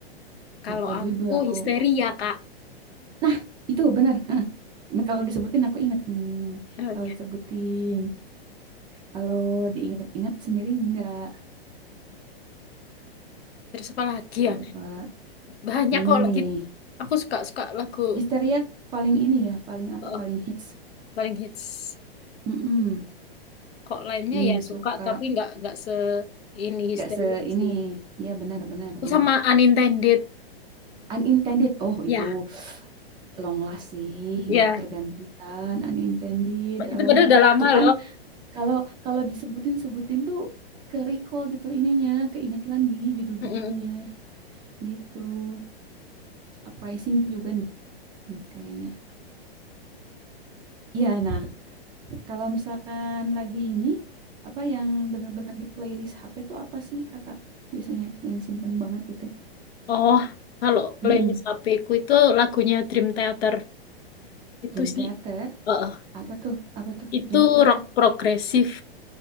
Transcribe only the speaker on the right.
Lupa
judul aku.
Nah, itu benar. Hah. Nah, kalau disebutin aku inget nih.
Kalau
disebutin, kalau diingat-ingat sendiri enggak.
Coba
ini
nih.
Histeria paling ini ya, paling apa,
paling hits.
Mm-mm.
Nih
suka
nggak se ini.
Ya benar, benar,
benar.
Unintended. Oh,
itu long last sih,
nggak tergantikan. Unintended.
Eh,
tuh kan
Kalau kalau disebutin sebutin tuh ke recall gitu ininya, keinget lagi judul-judulnya
gitu. Uprising juga nih, nih kayaknya. Iya, nah kalau misalkan lagi ini apa yang bener-bener di playlist HP tuh apa sih kakak biasanya yang simpen banget gitu?
Mm-mm.
Dream
Theater,
apa tuh? Apa tuh
Dream Theater?